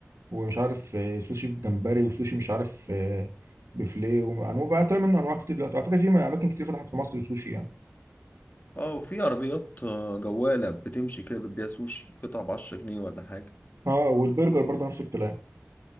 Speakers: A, on the right; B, on the left.
A: ومش عارف آه، سوشي بجمبري وسوشي مش عارف آه، بفليه وأنواع بقى طلع منه أنواع كتير دلوقتي على فكرة في أماكن كتير فتحت في مصر سوشي يعني
B: اه وفي عربيات آه، جوالة بتمشي كده بتبيع سوشي قطع بعشرة جنيه ولا حاجة
A: اه والبرجر برضه نفس الكلام